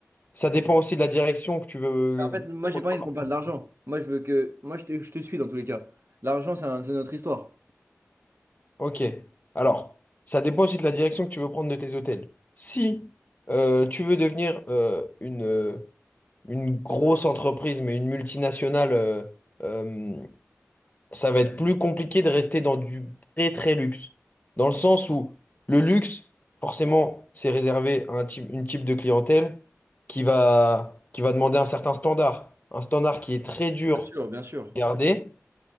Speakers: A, on the left (about 35°); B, on the right (about 55°).
A: Ça dépend aussi de la direction que tu veux
B: En fait,
A: euh,
B: moi, j'ai pas envie
A: prendre.
B: de qu'on parle de l'argent. Moi, je veux que. Moi, je te, je te suis dans tous les cas. L'argent, c'est un- c'est notre histoire.
A: Ok. Alors, ça dépend aussi de la direction que tu veux prendre de tes hôtels. Si euh, tu veux devenir euh, une, euh, une grosse entreprise, mais une multinationale, euh, euh, ça va être plus compliqué de rester dans du très très luxe. Dans le sens où le luxe, forcément, c'est réservé à un type, une type de clientèle qui va, qui va demander un certain standard. Un standard qui est très dur
B: Bien sûr, bien sûr.
A: à garder